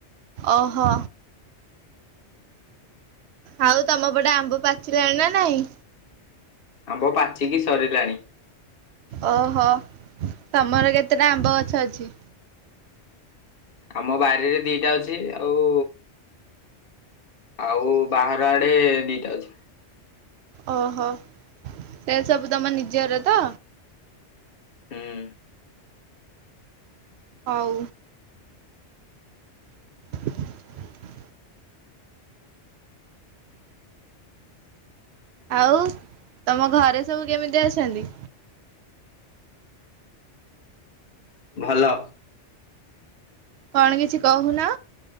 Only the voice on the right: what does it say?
ଅ ହ। ଆଉ ତମ ପଟେ ଆମ୍ବ ପାଚିଲାଣି ନା ନାଇଁ?
ଅ ହ ତମର କେତେଟା ଆମ୍ବ ଗଛ ଅଛି?
ଅ ହ ସେ ସବୁ ତମ ନିଜର ତ?
ହଉ। <inaudible> ଆଉ ତମ ଘରେ ସବୁ କେମିତି ଅଛନ୍ତି?
କଣ କିଛି କହୁନ?